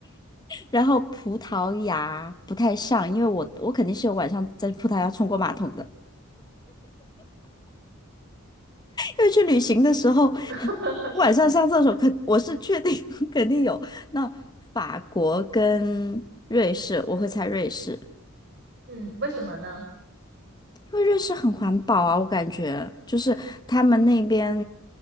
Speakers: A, on the left (about 20°); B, on the right (about 55°).
A: 然后葡萄牙不太像，因为我我肯定是有晚上在葡萄牙冲过马桶的。因为去旅行的时候，<laughs>
B: <laughs>
A: 晚上上厕所肯我是确定 <laughs> 肯定有。那法国跟瑞士，我会猜瑞士，
B: 嗯，为什么呢？
A: 因为瑞士很环保啊，我感觉就是他们那边